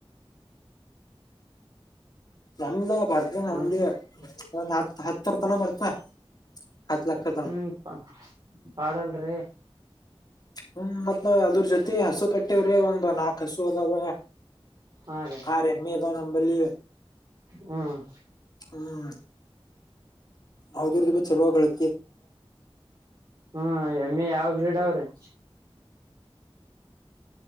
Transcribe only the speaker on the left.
ನಮ್ದು ಬರ್ತ ನಮ್ದ
ಒಂದ್ ಹತ್ತು ಹತ್ ಹರ್ತನ ಬರ್ತ ಹತ್ ಲಕ್ಷ
ತನ.
ಹ್ಮ ಮತ್ ನಾವ್ ಅದ್ರ ಜೊತೆ ಹಸು ಕಟ್ಟಿವವ್ರೆ ಒಂದು್ ನಾು ಕಸು ಅತ ಬ
ಹ ರೆೀದ ನಬಲಿ
ಹ್ಮ್ ಹೌದರದ ಬ ಚಲೋಾಗಳೆ